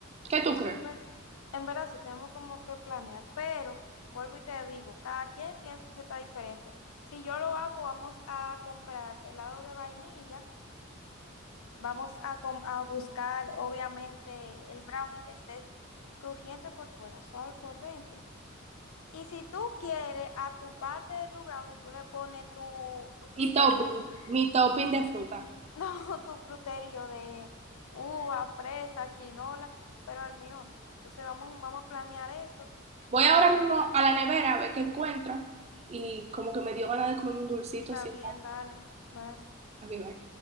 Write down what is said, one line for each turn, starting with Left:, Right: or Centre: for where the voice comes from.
Right: ¿qué tú crees?
Left: En ver- en verdad sí tenemos como que planear, pero vuelvo y te digo, cada quien tiene su receta diferente. Si yo lo hago, vamos a comprar helado de vainilla, vamos a, com- a buscar obviamente el brownie que esté crujiente por fuera, suave por dentro. Y si tú quieres, a tu parte de tu brownie, tú le pones tu, tu fruterío.
Right: Mi topping,
Left: <laughs>
Right: mi topping de fruta.
Left: No, tu fruterío de uva, fresa, chinola, pero al mío no. Entonces vamos, vamos a planear eso
Right: Voy
Left: y
Right: ahora
Left: a-
Right: mismo a la nevera a ver qué encuentro y como que me dio ganas de comerme un dulcito,
Left: está
Right: sí.
Left: bien, dale. Bye.
Right: Aquí va.